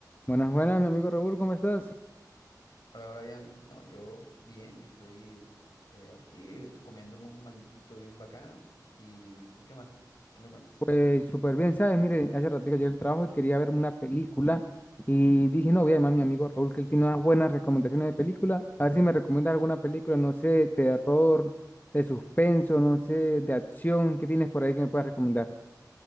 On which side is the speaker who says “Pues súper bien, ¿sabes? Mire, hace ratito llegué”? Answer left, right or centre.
Left